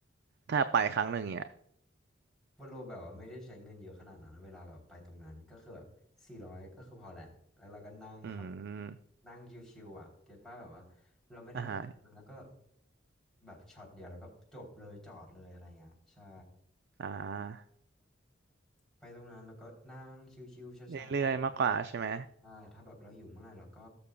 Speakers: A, on the right; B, in the centre.
A: ถ้าไปครั้งหนึ่งเนี่ย
B: วอลโลแบบว่าไม่ได้ใช้เงินเยอะขนาดนั้นนะเวลาแบบไปตรงนั้นก็คือแบบสี่ร้อยก็คือพอแหละแล้วเราก็นั่งแบบ
A: อืม
B: นั่งชิวๆอ่ะเก็ตป่ะแบบว่าเราไม่ได้แบบไปตรงนั้นแล้วก็
A: อ่าฮะ
B: แบบช็อตเดียวแล้วก็จบเลยจอดเลยอะไรเงี้ยใช่
A: อ่า
B: ไปตรงนั้นแล้วก็นั่งชิวๆช้าๆหรือว่า
A: เรื่อยๆมากกว่าใช่ไหม
B: ใช่ถ้าแบบเราอยู่เมื่อไหร่เราก็